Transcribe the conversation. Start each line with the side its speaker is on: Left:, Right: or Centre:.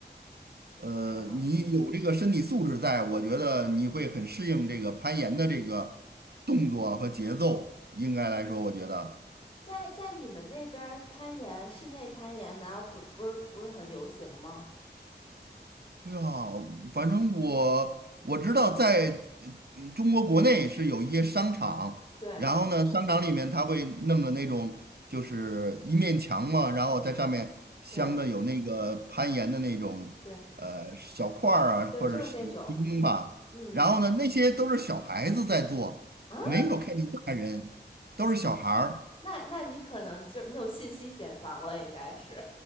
Right: 呃，
Left: 叫什么？
Right: 你有这个身体素质在，我觉得你会很适应这个攀岩的这个动作和节奏。应该来说，我觉得。
Left: 在在你们那边儿攀岩，室内攀岩难道不不是不是很流行吗？
Right: 哎呀，反正我我知道在嗯中国国内是有一些商场，
Left: 对
Right: 然后呢，商场里面它会弄的那种就是一面墙嘛，然后在上面镶的有那个攀岩的那种呃小块儿啊，
Left: 对对对，
Right: 或者是钉吧，
Left: 就是那种。嗯。
Right: 然后呢，那些都是小孩子在做，
Left: 啊，
Right: 没有看见大人，都是小孩儿。
Left: 那那你可能就是你有信息茧房了，应该是，